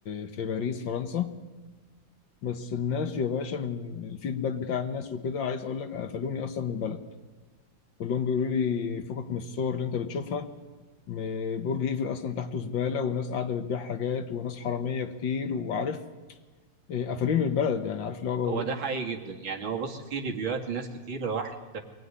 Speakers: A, on the left; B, on the right.
A: في باريس فرنسا بس الناس يا باشا من الفيدباك بتاع الناس وكده عايز اقول لك قفلوني اصلا من البلد كلهم بيقولوا لي فكك من الصور اللي انت بتشوفها م- برج ايفل اصلا تحته زباله وناس قاعده بتبيع حاجات وناس حراميه كتير وعارف إيه، قفلوني من البلد يعني عارف اللي هو بقول
B: هو
A: لهم
B: ده حقيقي جدا يعني هو بص فيه ريفيوهات لناس كتير راحت